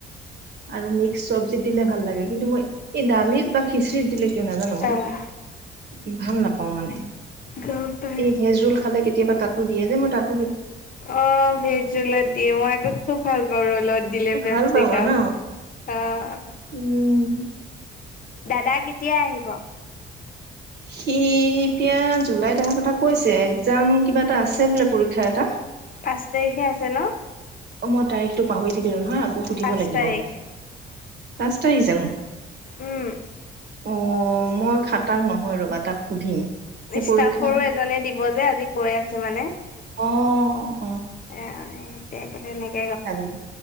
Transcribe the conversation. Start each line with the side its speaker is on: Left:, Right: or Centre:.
Right: আৰু মিক্স চবজীত দিলে ভাল লাগে, কিন্তু মই এই দালিত বা খিচৰিত দিলে কিয় নাজানো
Left: আহ
Right: অলপ ভাল নাপাওঁ মানে।
Left: গম পাই
Right: এই ভেজ ৰোল খালে কেতিয়াবা তাতো দিয়ে যে মই তাত
Left: অ ভেজ ৰোলত দিয়ে মই আকৌ খুব ভাল পাওঁ ৰলত। দিলে পেপ
Right: ভাল
Left: চি
Right: পাবা
Left: কাম,
Right: ন
Left: আহ।
Right: উম
Left: দাদা কেতিয়া আহিব?
Right: সি এতিয়া জুলাইত অহাৰ কথা কৈছে। একজাম কিবা এটা আছে বোলে পৰীক্ষা এটা।
Left: পাঁচ তাৰিখে আছে ন?
Right: অ মই তাৰিখতটো পাহৰি থাকিলো নহয় আকৌ সুধিব
Left: পাঁচ
Right: লাগিব,
Left: তাৰিখ
Right: পাঁচ তাৰিখ জানো?
Left: উম।
Right: অ মই খাটাং নহয় ৰবা তাক সুধিম সেই
Left: ষ্টাফৰো
Right: পৰীক্ষা
Left: এজনে দিব যে আজি কৈ আছে মানে।
Right: অহ।
Left: ৰা এহেতে একেবাৰে মে
Right: হাৰি,